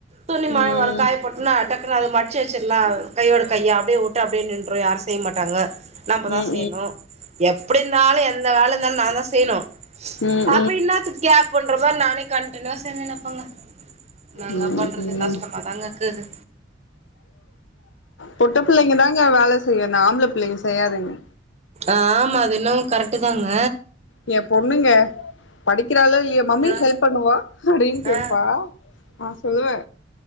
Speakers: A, on the right; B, on the left.
A: துணி மழ
B: ம் ம்
A: வரு காய போட்னா டக்குனு அது மடிச்சு வச்சிர்லா கையோட கையா அப்டியே ஒட் டு அப்டே நின்று யாரு செய் மாட்டாங்க நம்பதா
B: ம்
A: செயணு எப்டி இருந்தாலு எந்த வேல இருந்தாலு நாந்தா செய்ணு
B: ம் ம்
A: அப்ப இன்னாத்துக் கேப் பண்ற மார் நானே கண்டுனிவா செஞ்சுன்னிப்பங்க நா என்ன
B: ம்
A: பண்றது
B: ம்
A: கஷ்டமா தாங்க இக்குது
B: பொட்டப் பிள்ளைங்க தாங்க வேலை செய்யு இன்ன ஆம்பள பிள்ளைங்க செய்யாதுங்க
A: ஆமா அது என்னமு கரெக்ட்டுதாங்க
B: ஏயா பொண்ணுங்க படிக்கிறாளோ இல்லையோ மம்மி
A: ஆ
B: ஹெல்ப் பண்ணவா அப்டின்னு கேட்பா
A: ஆ
B: நா சொல்லுவே